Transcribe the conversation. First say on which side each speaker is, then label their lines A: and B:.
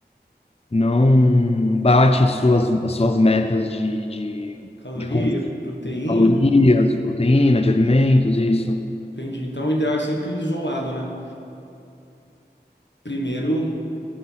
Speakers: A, on the left (about 35°); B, on the left (about 85°).
A: não bate as suas, as suas metas de, de,
B: Caloria,
A: de consumo
B: proteína.
A: Calorias, de proteína, de alimentos, isso.
B: Entendi. Então o ideal é sempre isolado, né? primeiro,